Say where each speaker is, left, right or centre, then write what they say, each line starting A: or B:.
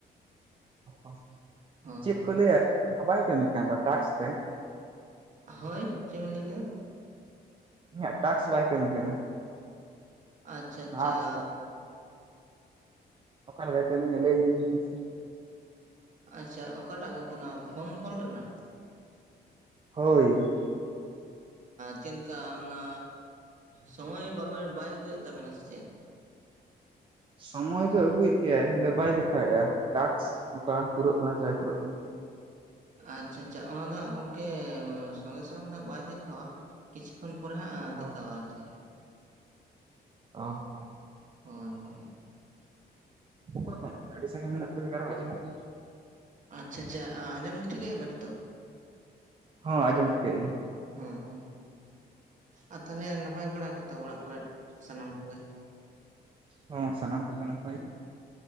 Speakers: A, on the right; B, on the right.
A: ᱚ
B: ᱦᱳᱭ
A: ᱪᱮᱫ
B: ᱦᱳᱭ
A: ᱠᱚ ᱞᱟᱹᱭᱟ ᱵᱟᱭ ᱠᱟᱹᱢᱤ ᱠᱟᱱ ᱫᱚ ᱴᱟᱠᱥ ᱛᱤᱧ
B: ᱦᱳᱭ ᱪᱮᱫ ᱵᱮᱤᱱ ᱞᱟᱹᱭ ᱠᱮᱫᱟ
A: ᱤᱧᱟᱹᱜ ᱴᱟᱠᱥ ᱵᱟᱭ ᱠᱟᱹᱢᱤ ᱠᱟᱱᱟ
B: ᱟᱪᱪᱷᱟ ᱟᱪᱪᱷᱟ
A: ᱟᱯᱥ ᱨᱮ ᱚᱠᱟ ᱞᱮᱠᱟᱭ ᱠᱟᱹᱢᱤᱭᱟ ᱞᱟᱹᱭ ᱤᱧ ᱵᱮᱱ ᱥᱮ
B: ᱟᱪᱪᱷᱟ ᱚᱠᱟᱴᱟᱜ ᱜᱚᱝᱠᱮ ᱯᱷᱳᱱ ᱠᱚᱞ ᱨᱮᱱᱟᱜ
A: ᱦᱳᱭ
B: ᱪᱮᱫ ᱞᱮᱠᱟ ᱚᱱᱟ ᱥᱚᱢᱚᱭ ᱵᱟᱭ ᱩᱫᱩᱜᱮᱫ ᱛᱟᱵᱮᱱᱟ ᱥᱮ ᱪᱮᱫ
A: ᱥᱚᱢᱚᱭ ᱫᱚ ᱟᱹᱜᱩᱭᱮᱫ ᱜᱮᱭᱟᱭ ᱦᱮ ᱵᱟᱭ ᱫᱮᱠᱷᱟᱣᱮᱫᱼᱟ ᱴᱟᱠᱥ ᱚᱠᱟ ᱯᱩᱨᱟᱹᱜ ᱠᱟᱱᱟ ᱥᱮ ᱵᱟᱭ ᱯᱩᱨᱟᱹᱜ ᱠᱟᱱᱟ
B: ᱟᱪᱪᱷᱟ ᱟᱪᱪᱷᱟ ᱚᱱᱟ ᱫᱚ ᱦᱟᱸᱜ ᱜᱚᱝᱠᱮ ᱥᱚᱸᱜᱮ ᱥᱚᱝᱮ ᱫᱚ ᱦᱟᱸᱜ ᱵᱟᱭ ᱫᱮᱠᱷᱟᱣᱟ ᱠᱤᱪᱷᱩ ᱠᱷᱚᱱ ᱯᱚᱨᱮ ᱦᱟᱸᱜ ᱫᱮᱠᱷᱟᱣᱟ
A: ᱚ
B: ᱟᱨ ᱪᱮᱫ
A: ᱚ ᱦᱚᱸ
B: ᱦᱳᱭ ᱦᱳᱭ
A: ᱚᱠᱟ ᱠᱷᱚᱱ ᱟᱹᱰᱤ ᱥᱟᱸᱜᱤᱧ <unintelligible> ᱞᱮᱠᱟ ᱨᱚᱲ ᱟᱸᱡᱚᱢᱚᱜ ᱠᱟᱱᱟ
B: ᱟᱪᱪᱷᱟ ᱟᱪᱪᱷᱟ ᱟᱸᱡᱚᱢ ᱴᱷᱤᱠᱟᱹᱭᱟ ᱵᱮᱱ ᱱᱤᱛᱚᱜ
A: ᱦᱳᱣ‌ ᱚᱸᱡᱚᱢ ᱴᱷᱤᱠᱟᱹᱭᱮᱫᱼᱟᱤᱧ
B: ᱦᱮᱸ ᱦᱮᱸ ᱟᱨ ᱛᱟᱦᱚᱞᱮ ᱱᱟᱯᱟᱭ ᱵᱟᱲᱟ ᱜᱮᱛᱚ ᱚᱲᱟᱜ ᱠᱚᱨᱮ ᱥᱟᱱᱟᱢ ᱠᱚᱜᱮ
A: ᱦ ᱥᱟᱱᱟᱢ ᱠᱚᱜᱮ ᱱᱟᱯᱟᱭ ᱜᱮ